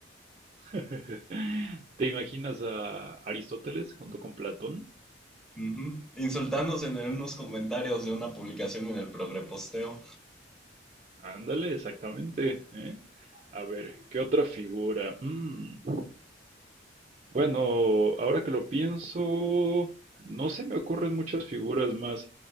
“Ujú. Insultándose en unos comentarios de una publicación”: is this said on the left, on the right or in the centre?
Centre